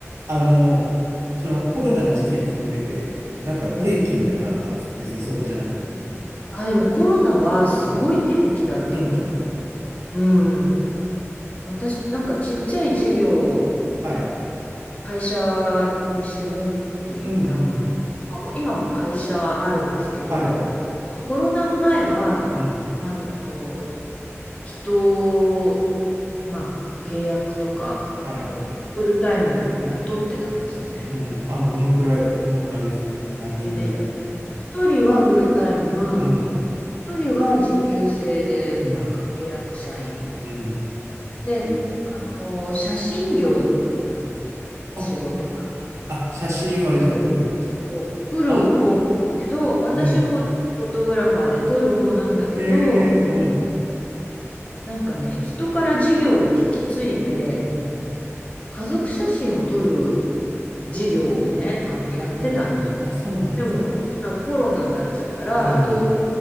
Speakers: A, on the right (about 70°); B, on the left (about 25°).
A: あの、そのコロナの時期も含めて、なんか天気みたいなのあったんですか別にそこじゃなくてもいいんだけど。
B: うん。あ、でもコロナはすごい天気だったと思
A: うん。天気だった。
B: う。うん。
A: うん
B: 私、なんかちっちゃい事業を
A: はい。
B: 会社にして持っていたの。
A: うんうんうん。
B: あ、もう今も会社はあるんですけど、
A: はいはいはい。
B: コロナ前は、
A: うん。
B: あの、人まあ、契約とか、あと、
A: はい。
B: フルタイムでも雇ってたんですよね。
A: うん。あ、どのくらいの、あれですか何人ぐらい
B: ね、一人はフルタイム、
A: うん。
B: 一人は時給制で、
A: うん。
B: なんか契約社員みたいな。
A: うん。
B: で、
A: ええ。
B: あの写真業なの、
A: あ、
B: 仕事
A: あ、写真はあれですか、撮る方ですか。
B: を撮る方なんだけど、
A: あ、
B: 私もフォトグラファーで撮る方なんだけど、
A: うん。へえ、うん。
B: なんかね、人から事業を引き継いで、
A: うん。
B: 家族写真を撮る事業をね、あの、やってたんですよ
A: はい、はい。あ、そうなんですか。
B: でもさ、コロナになっちゃったら、
A: うん。
B: 当然